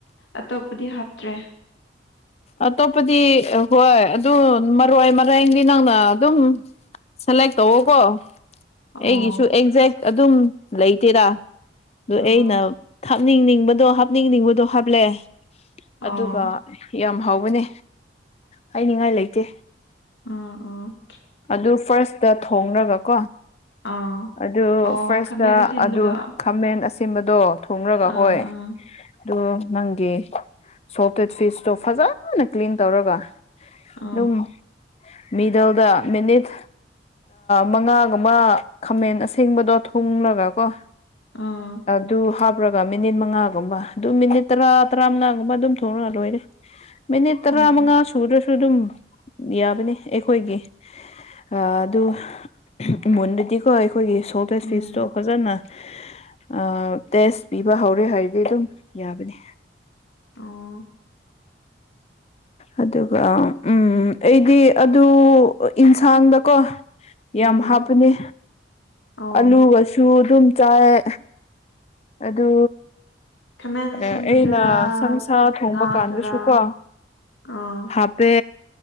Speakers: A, on the left; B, on the left.
A: ꯑꯇꯣꯞꯄꯗꯤ ꯍꯥꯞꯇ꯭ꯔꯦ
B: ꯑꯇꯣꯞꯄꯗꯤ ꯍꯣꯏ ꯑꯗꯨ ꯃꯔꯣꯏ ꯃꯔꯦꯟꯗꯤ ꯅꯪꯅ ꯑꯗꯨꯝ ꯁꯦꯂꯦꯛ ꯇꯧꯑꯣꯒꯣ
A: ꯑꯣ
B: ꯑꯩꯒꯤꯁꯨ ꯑꯦꯛꯖꯦꯛ ꯑꯗꯨꯝ ꯂꯩꯇꯦꯗ ꯑꯗꯨ
A: ꯑꯥ
B: ꯑꯩꯅ ꯍꯥꯞꯅꯤꯡꯅꯤꯡꯕꯗꯣ ꯍꯥꯞꯅꯤꯡꯅꯤꯡꯕꯗꯣ ꯍꯥꯞꯂꯦ
A: ꯑꯣ
B: ꯑꯗꯨꯒ ꯌꯥꯝ ꯍꯥꯎꯕꯅꯦ ꯍꯥꯏꯅꯤꯡꯉꯥꯏ ꯂꯩꯇꯦ
A: ꯑꯝ ꯑꯝ
B: ꯑꯗꯨ ꯐꯥꯔꯁꯇ ꯊꯣꯡꯂꯒ ꯀꯣ
A: ꯑꯥ
B: ꯑꯗꯨ
A: ꯑꯣ
B: ꯐꯥꯔꯁꯇ
A: ꯈꯥꯃꯦꯟ ꯑꯁꯤꯟꯕꯗꯣ
B: ꯑꯗꯨ
A: ꯑꯥ
B: ꯈꯥꯃꯦꯟ ꯑꯁꯤꯕꯗꯣ ꯊꯣꯡꯉꯒ
A: ꯑꯥ
B: ꯍꯣꯏ ꯑꯗꯨ ꯅꯪꯒꯤ ꯁꯣꯐꯇꯦꯠ ꯐꯤꯁꯇꯣ ꯐꯖꯅ ꯀ꯭ꯂꯤꯟ ꯇꯧꯔꯒ
A: ꯑꯥ
B: ꯑꯗꯨꯝ ꯃꯤꯗꯜꯗ ꯃꯤꯅꯤꯠ ꯃꯉꯥꯒꯨꯝꯕ ꯈꯥꯃꯦꯟ ꯑꯁꯦꯡꯕꯗꯣ ꯊꯣꯡꯂꯒ ꯀꯣ
A: ꯑꯥ
B: ꯇꯨ ꯍꯥꯞ ꯍꯥꯔꯒ ꯃꯤꯅꯤꯠ ꯃꯉꯥꯒꯨꯝꯕ ꯑꯗꯨ ꯃꯤꯅꯤꯠ ꯇꯔꯥ ꯇꯔꯥ ꯃꯉꯥꯒꯨꯝꯕ ꯑꯗꯨꯝ ꯊꯣꯛꯂꯒ ꯂꯣꯏꯔꯦ ꯃꯤꯅꯤꯠ ꯇꯔꯥ
A: ꯑꯣ
B: ꯃꯉꯥ ꯁꯨꯗꯔꯁꯨ ꯑꯗꯨꯝ ꯌꯥꯕꯅꯤ ꯑꯩꯈꯣꯏꯒꯤ ꯑꯗꯨ ꯏꯃꯣꯟꯗꯗꯤꯀꯣ ꯑꯩꯈꯣꯏꯒꯤ ꯁꯣꯜꯇꯦꯁ
A: ꯎꯝ
B: ꯐꯤꯁꯇꯣ ꯐꯖꯅ ꯑ ꯇꯦꯁ ꯄꯤꯕ ꯍꯧꯔꯦ ꯍꯥꯏꯔꯗꯤ ꯑꯗꯨꯝ ꯌꯥꯕꯅꯤ
A: ꯑꯣ
B: ꯑꯗꯨꯒ ꯎꯝ ꯑꯩꯗꯤ ꯑꯗꯨ ꯌꯦꯟꯁꯥꯡꯗꯀꯣ
A: ꯎꯝ
B: ꯌꯥꯝ ꯍꯥꯞꯄꯅꯤ
A: ꯑꯣ
B: ꯑꯂꯨꯒꯁꯨ ꯑꯗꯨꯝ ꯆꯥꯏ ꯑꯗꯨ
A: ꯈꯥꯃꯦꯟ ꯑꯁꯤꯟꯕꯗꯨꯔꯥ
B: ꯑꯩꯅ ꯁꯪꯁꯥ ꯊꯣꯡꯕ
A: ꯉꯥꯗꯨꯔꯥ
B: ꯀꯥꯟꯗꯁꯨꯀꯣ
A: ꯑꯥ
B: ꯍꯥꯞ ꯄꯦ